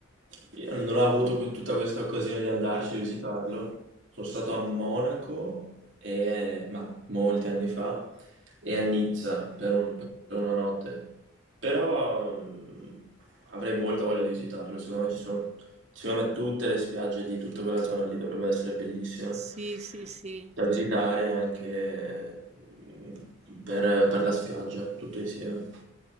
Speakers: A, on the right; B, on the right.
A: Io non ho avuto que- tutta questa occasione di andarci a visitarlo. Sono stato a Monaco, e- ma molti anni fa, e a Nizza per, un- per una notte. Però mm, avrei molta voglia di visitarlo. Secondo me ci sono, secondo me tutte le spiagge di tutta quella zona lì dovrebbero essere bellissime
B: Sì, sì, sì.
A: da visitare anche mm, per, per la spiaggia, tutto insieme.